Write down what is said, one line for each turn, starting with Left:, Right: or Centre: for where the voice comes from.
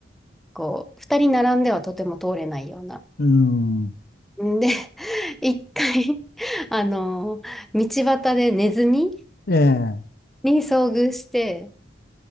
Centre: こう、二人並んではとても通れないような。
Left: うん。
Centre: んで、<laughs> 一回、あの、道端でネズミ
Left: ええ、
Centre: に遭遇して、